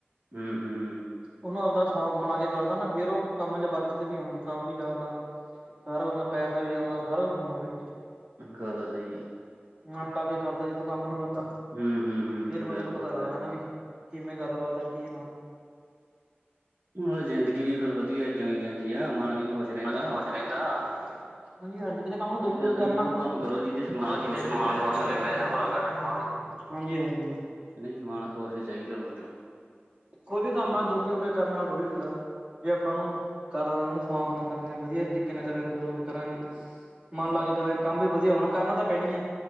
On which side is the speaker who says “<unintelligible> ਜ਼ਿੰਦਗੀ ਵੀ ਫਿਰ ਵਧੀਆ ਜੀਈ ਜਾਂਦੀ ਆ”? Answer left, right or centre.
Right